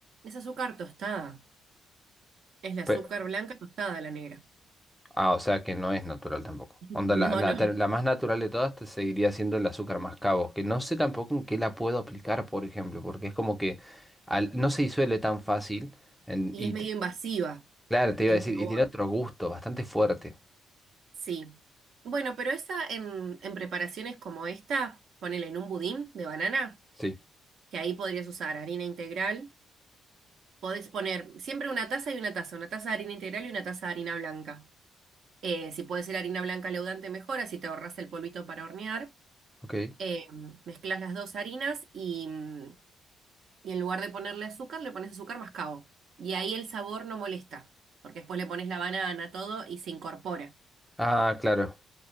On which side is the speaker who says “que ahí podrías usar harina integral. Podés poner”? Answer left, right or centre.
Right